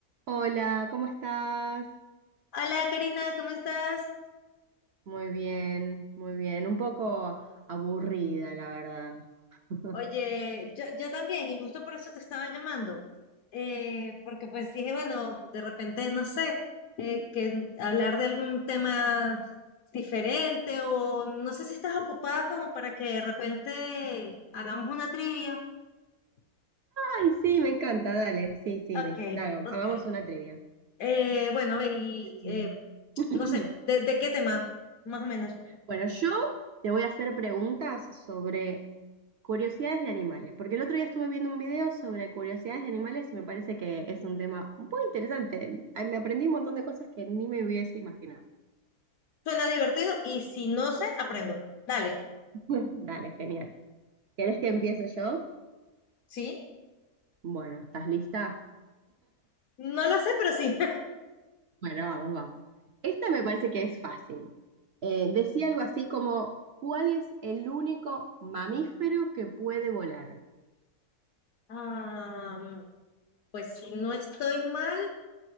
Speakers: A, on the right (about 70°); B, on the left (about 70°).
A: Hola, ¿cómo estás?
B: Hola Karina, ¿cómo estás?
A: Muy bien, muy bien. Un poco aburrida, la verdad. <laughs>
B: Oye, yo, yo también, y justo por eso te estaba llamando, eh, porque pues dije, bueno, de repente, no sé, eh, que n- hablar de algún tema diferente o no sé si estás ocupada como para que de repente hagamos una trivia.
A: Ay, sí, me encanta, dale, sí, sí,
B: Ok,
A: di- dale,
B: ok.
A: hagamos una trivia.
B: Eh, bueno, a ver, y eh,
A: Mm. <clears throat>
B: no sé, ¿de, de qué tema? Más o menos.
A: Bueno, yo te voy a hacer preguntas sobre curiosidades de animales, porque el otro día estuve viendo un video sobre curiosidades de animales y me parece que es un tema muy interesante. Ay, Me aprendí un montón de cosas que ni me hubiese imaginado.
B: Suena divertido y si no sé, aprendo. Dale,
A: <laughs> Dale, genial. ¿Querés que empiece yo?
B: ¿sí?
A: Bueno, ¿estás lista?
B: No lo sé, pero sí.
A: Bueno, vamos, vamos. Esta me parece que es fácil. Eh, decía algo así como, ¿cuál es el único mamífero que puede volar?
B: Ah, pues si no estoy mal,